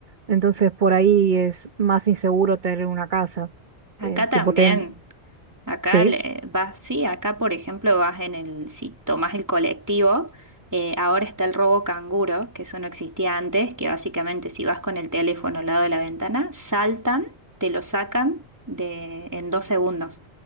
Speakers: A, on the right; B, on the right.
A: Entonces por ahí es más inseguro tener una casa.
B: acá
A: eh,
B: también.
A: tipo ten,
B: Acá
A: sí.
B: le- vas, sí, acá por ejemplo vas en el, si tomas el colectivo, eh, ahora está el robo canguro, que eso no existía antes, que básicamente si vas con el teléfono al lado de la ventana, saltan, te lo sacan de, en dos segundos.